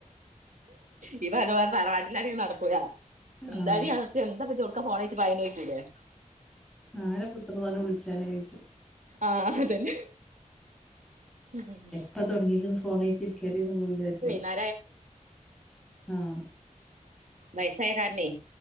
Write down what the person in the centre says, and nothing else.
ആഹ്
നാളെ <unintelligible> വിളിച്ചാനെ <unintelligible>
പ്പ തൊടങ്ങിക്കണ് ഫോണായിട്ട് ഇരിക്കല് <unintelligible> വിചാരിക്കും.
ആഹ്